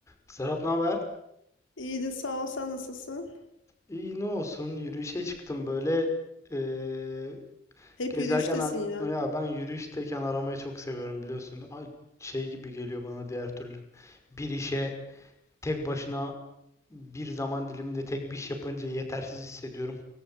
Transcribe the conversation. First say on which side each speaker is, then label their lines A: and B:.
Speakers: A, on the left; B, on the left.
A: Serap ne haber?
B: İyidir sağ ol sen nasılsın?
A: İyi ne olsun yürüyüşe çıktım böyle eee,
B: Hep
A: gezerken
B: yürüyüştesin
A: ar-
B: ya.
A: ya ben yürüyüşteyken aramayı çok seviyorum biliyorsun Ay, şey gibi geliyor bana diğer türlü bir işe tek başına bir zaman diliminde tek bir iş yapınca yetersiz hissediyorum.